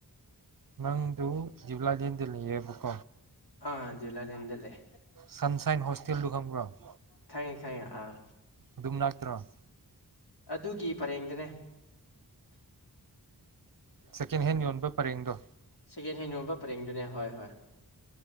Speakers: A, on the right; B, on the left.
A: ꯃ
B: <inaudible>
A: ꯖꯤ ꯕꯨꯛ
B: ꯑꯥ ꯖꯨꯂꯂꯤ ꯑꯦ ꯂꯩꯦ
A: ꯁꯟꯁꯥꯏꯟ ꯍꯣꯁꯇꯦꯜꯗꯨ ꯈꯒ꯭ꯔꯝ
B: ꯈꯥꯏ ꯈꯩ ꯑꯥ
A: ꯑꯗꯨꯝ ꯂꯥꯛꯇ꯭ꯔꯣ
B: ꯑꯗꯨꯒꯤ ꯄꯔꯦꯡꯗꯅꯦ
A: ꯁꯦꯀꯦꯟ ꯍꯦꯟ ꯌꯣꯟꯕ ꯄꯔꯦꯡꯗꯣ
B: ꯁꯦꯀꯦꯟ ꯍꯦꯟ ꯌꯣꯟꯕ ꯄꯔꯦꯡꯗꯨꯅꯦ ꯍꯣꯏ ꯍꯣꯏ